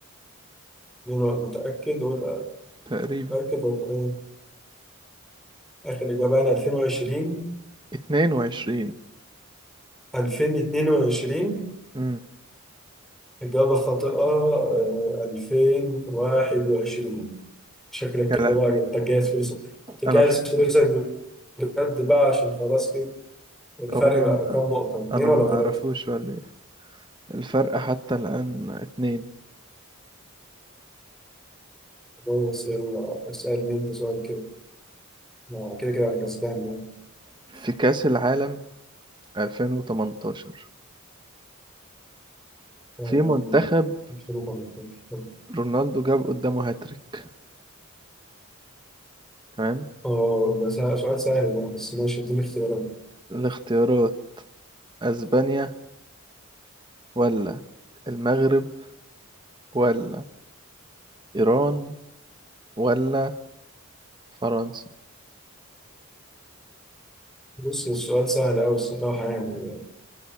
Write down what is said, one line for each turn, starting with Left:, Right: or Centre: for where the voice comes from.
Centre: أنا متأكد ولا
Right: تقريبا
Centre: متأكد ولا ايه آخر إجابة عن 2020
Right: 22
Centre: 2022
Right: امم
Centre: إجابة خاطئة آه، 2021 شكلك كده
Right: يا لهوي
Centre: بقى يعني أنت جاهز فلوسك تجهز
Right: أنا أخت...
Centre: فلوسك بجد بقى عشان خلاص كده الفرق
Right: أو أنا
Centre: بقى
Right: ما...
Centre: كام نقطة اتنين
Right: أنا
Centre: ولا
Right: ما
Centre: تلاتة؟
Right: أعرفوش ولا إيه الفرق حتى الآن اتنين
Centre: بص يلا اسألني أنت سؤال كده آه، كده كده أنا كسبان يعني
Right: في كأس العالم 2018
Centre: آه،
Right: في منتخب
Centre: مش حروف ولا بتاع. طب.
Right: رونالدو جاب قدامه هاتريك تمام
Centre: اه ده سهل- سؤال سهل ده بس ماشي اديني اختيارات
Right: الاختيارات اسبانيا ولا المغرب ولا ايران ولا فرنسا
Centre: بص السؤال سهل أوي الصراحة يعني